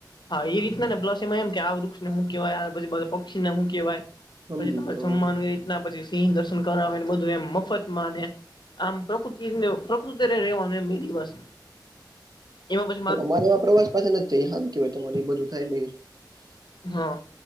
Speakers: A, on the left (about 75°); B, on the right (about 60°).
A: હા એ રીતના ને પ્લસ એમાં એમ કે આ વૃક્ષ ને હું કેવાય પક્ષી ને હું કેવાય
B: સમજી
A: પછી તમારે
B: ગયો
A: જમાનું એ પછી સિંહ દર્શન કર આવે બધું એમ મફત માં અને આમ પ્રકૃતિને પ્રકૃતિ રેવાનું એમ મીની બસ એમાં પછ
B: મારે એવા પ્રવાસ પાસે જ થાય હ કેવાય તમારે એ બધું થાય નહીં.
A: હા